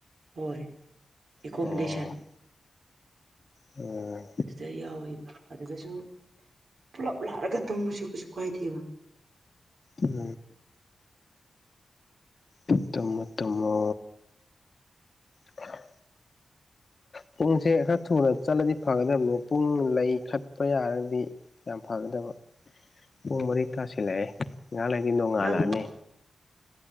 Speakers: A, on the right; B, on the left.
A: ꯍꯣꯏ ꯑꯦꯀꯣꯃꯤꯗꯦꯁꯟ
B: ꯑꯣ ꯎꯝ
A: ꯑꯗꯨꯗ ꯌꯥꯎꯋꯦꯕ ꯑꯗꯨꯗꯁꯨ ꯄꯨꯂꯞ ꯂꯥꯂꯒ ꯇꯝꯕꯁꯨ ꯀꯩꯁꯨ ꯀꯥꯏꯗꯦꯕ
B: ꯎꯝ ꯎꯝ ꯊꯃ ꯄꯔ ꯄꯨꯡꯁꯦ ꯈꯔ ꯊꯨꯅ ꯆꯠꯂꯗꯤ ꯐꯒꯗꯕꯅꯤ ꯄꯨꯡ ꯂꯩ ꯆꯠꯄ ꯌꯥꯔꯒꯗꯤ ꯌꯥꯝ ꯐꯒꯗꯕ ꯄꯨꯡ ꯃꯔꯤ ꯇꯥꯁꯤꯜꯂꯛꯑꯦ ꯉꯍꯥꯟꯗꯒꯤ ꯅꯣꯡꯉꯥꯜꯂꯛꯑꯅꯤ
A: ꯅꯪ